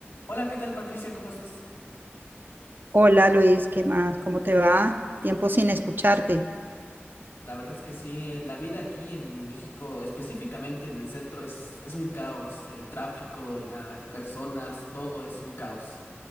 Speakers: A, on the left (about 75°); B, on the right (about 50°).
A: Hola, ¿qué tal Patricia? ¿Cómo estás?
B: Hola Luis, ¿qué más? ¿Cómo te va? Tiempo sin escucharte.
A: La verdad es que sí, eh, la vida aquí en México, específicamente en el centro, es, es un caos. El tráfico, las personas, todo es un caos.